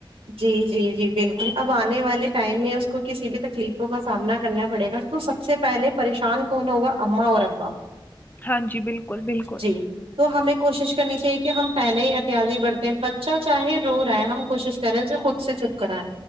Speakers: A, on the right; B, on the left.
A: جی جی جی بالکل اب آنے والے ٹائم میں اس کو کسی بھی تکلیفوں کا سامنا کرنا پڑے گا تو سب سے پہلے پریشان کون ہوگا اما اور ابا
B: ہاں جی بالکل بالکل
A: جی تو ہمیں کوشش کرنی چاہیے کہ ہم پہلے ہی اتیازی بڑھتے ہیں بچہ چاہے رو رہا ہے ہم کوشش پرے سے خود سے چھپ کرا ہے